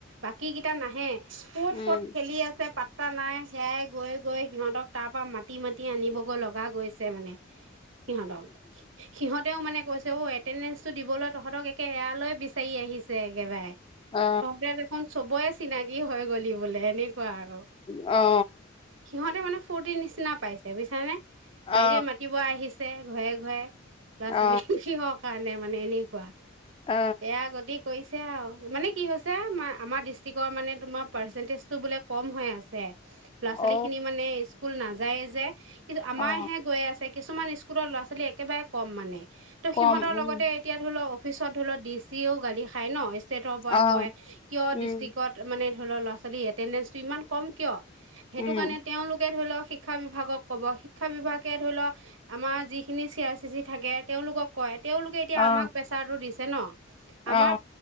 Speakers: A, on the right (about 65°); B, on the left (about 25°).
A: বাকীকেইটা নাহে। ক'ত
B: উম
A: ক'ত খেলি আছে পাত্তা নাই, সেয়াই গৈ গৈ সিহঁতক তাৰ পৰা মাতি, মাতি আনিবগৈ লগা গৈছে, মানে সিহঁতক, সিহঁত তেওঁ মানে কৈছে, অ', এতেনডেন্স দিবলৈ তহঁতক একে ইয়ালৈ বিচাৰি আহিছ আছে একেবাৰে
B: অ
A: তহতে দেখোন চবৰে চিনাকি হৈ গ'লি বোলে এনে কোৱা আৰু,
B: অ
A: সিহঁতে মানে ফূুৰ্তি নিচিনা পাইছে বুজিছা নে
B: অ
A: বাইদেউ এ মাতিব আহিছে আহিছে ঘৰে ঘৰে। ল'ৰা
B: অ
A: ছোৱালী কি হওঁক কাৰণে মানে এনেকুৱা
B: অ
A: এয়া গতি। কৰিছে আৰু মানে কি হৈছে আম আমাৰ ডিষ্ট্ৰিকৰ মানে তোমাৰ পাৰ্চেণ্টেজটো বোলে কম হৈ আছে ল'ৰা
B: অ
A: ছোৱালী খিনি মানে স্কুল নাযায়ে যে কিন্তু আমাৰ
B: অ
A: হে গৈ আছে। কিছুমান স্কুলৰ ল'ৰা ছোৱালী একেবাৰে কম মানে। ত'
B: কম
A: সিহঁতৰ লগতে
B: উম
A: এতিয়া ধৰি লও। অফিচত ধৰিও ডি চি এও গালি খাই ন। ষ্টেটৰ পৰা
B: অ
A: কয় কিয়
B: উম
A: ডিষ্ট্ৰিকত মানে ধৰি লও ল' ছোৱালী এটেডেঞ্চটো ইমান কম কিয়? সেইটো
B: উম
A: কাৰণে তেওঁওলোকে ধৰি লওক। শিক্ষা বিভাগক কব শিক্ষা বিভাগে ধৰি লওক আমাৰ যিখিনি চি আৰ চি চি থাকে তেওঁওলোকক কয়। তেওঁলোকে এতিয়া
B: অ
A: আমাক প্ৰেছাৰটো দিছে ন।
B: অ
A: আমাৰ